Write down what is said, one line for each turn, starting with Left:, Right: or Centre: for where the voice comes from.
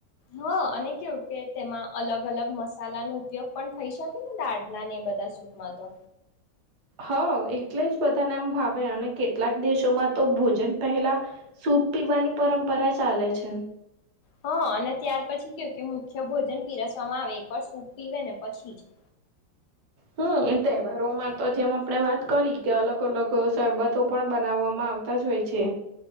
Left: હા અને કેવું કે તેમાં અલગ અલગ મસાલાનો ઉપયોગ પણ થઈ શકે ને દાળના ને. બધા સૂટમાં તો.
Right: હા એટલે જ બધાને એમ ભાવે અને કેટલાક દેશોમાં તો ભોજન પહેલા શ. પીવાની પરંપરા ચાલે છે.
Left: હા અને ત્યાર પછી કેવું કે મુખ્ય ભોજન પીરસવામાં આવે એકવાર સૂપ પીવે ને પછી જ.
Right: હમ એ તહેવારોમાં તો જેમ આપણે વાત કરી કે અલગ અલગ શરબતો પણ બનાવવામાં આવતા. હોય છે.